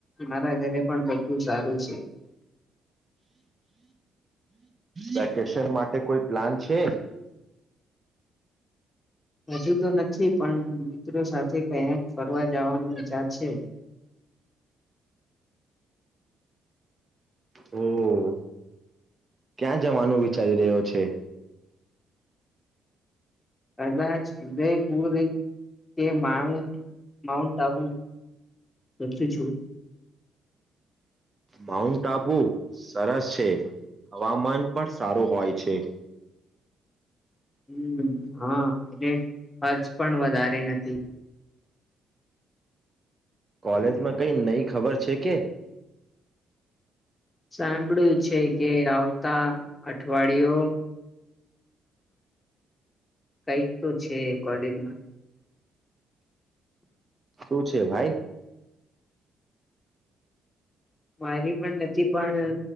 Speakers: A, on the left; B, on the right.
A: મારા ઘેરે પણ બધું સારું છે.
B: વેકેશન માટે કોઈ પ્લાન છે.
A: હજુ તો નથી પણ મિત્રો સાથે ક્યાક ફરવા જવાનું મજા છે.
B: હમ્મ. ક્યાં જવાનું વિચારી રહ્યો છે.
A: કદાચ ઉદયપુર કે માઉન્ટ માઉન્ટ આબુ પચું છું.
B: માઉન્ટ આબુ સરસ છે હવામાન પણ સારું હોય છે.
A: હમ હા એને ખર્ચ પણ વધારે નથી.
B: કોલેજમાં કઈ નઈ ખબર છે કે
A: સાંભળ્યું છે કે આવતા અઠવાડિયો કઈક તો છે કોલેજમાં
B: શું છે ભાઈ
A: મારી પણ નથી પણ